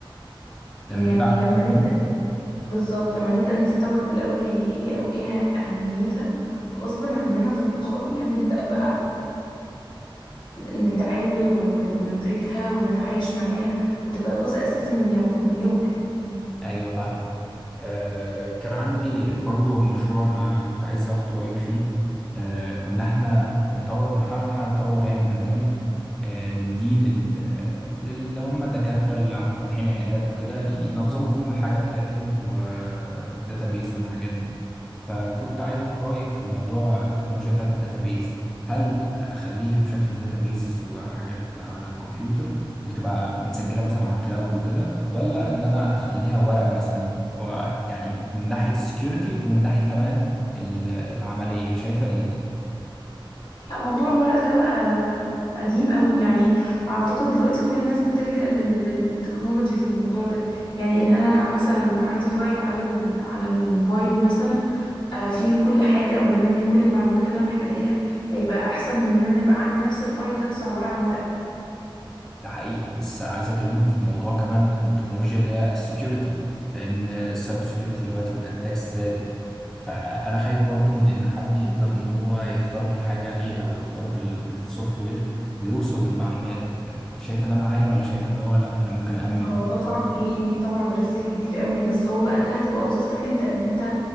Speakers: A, in the centre; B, on the left.
A: لما
B: يعني
A: نبقى
B: لما
A: عارفين
B: نبدأ بالظبط لما نبدأ نستوعب الأول هي ايه أو ايه أهميتها غصب عننا تلقائي هنبدأ بقى نتعامل و- و- وندركها ونتعايش معاها وتبقى جزء أساسي من يو من يومنا يعني
A: ايوه فاهمك آه، كان عندي برضو مشروع انا كنت عايز اخد رأيك فيه آه، كنا احنا بنطور بنحاول ان احنا نطور يعني برنامج آه، نديه لل للي هم الدكاترة اللي فاتحين عيادات وكده ينظموا فيهم الحاجة بتاعتهم والداتابيز والحاجات دي فكنت عايز اخد رأيك في موضوع التكنولوجيا بتاعت الداتابيز هل اخليها بشكل داتابيز وحاجات على الكمبيوتر وتبقى متسجلة مثلا على الكلاود وكده ولا ان انا اخليها ورق مثلا هو يعني من ناحية السكيورتي ومن ناحية كمان ال- العملية شايفة ايه
B: لا موضوع الورق ده بقى قديم قوي يعني اعتقد دلوقتي كل الناس بتلجأ لل- للتكنولوجي في الموضوع ده يعني ان انا مثلا يبقى عندي فايل على ال- على الموبايل مثلا آه، فيه كل حاجة او لمم لي كل المعلومات اللي انا محتاجاها هيبقى احسن من ان انا يبقى عندي نفس الفايل ده بس عبارة عن ورق
A: ده حقيقي بس عايز اكلمك في موضوع كمان التكنولوجيا اللي هي السكيورتي لان السايبر سكيورتي دلوقتي والاتاكس زادت فانا خايف برضو من ان حد يقدر ان هو يخترق الحاجة دي او يخترق السوفت وير ويوصل للمعلومات أنت شايفة ده معايا ولا شايفة ان هو لا انا ممكن أأمن
B: هو ده صعب ليه ليه طبعا ريسك كبير قوي بس هو بقى ده هتبقى وظيفتك انت ان انت